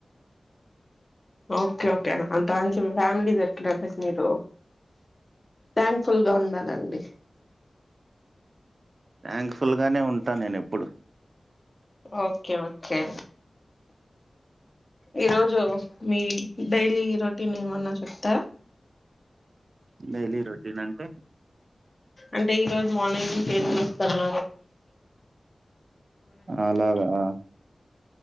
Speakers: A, on the left; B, on the right.
A: ఓకే ఓకే అంత నీ ఫ్యామిలీ దొరికినికి మీరు థ్యాంక్ఫుల్ గా ఉండాలండి
B: థ్యాంక్ఫుల్ గానే ఉంటా నేను ఎప్పుడు
A: ఓకే కే ఈరోజు మీ డైలీ రొటీన్ ఏమన్నా చెప్తారా
B: డైలీ రోటీన్ అంటే
A: అంటే ఈ రోజు మార్నింగ్ంది సరణ
B: ఆలాలాభ ఆ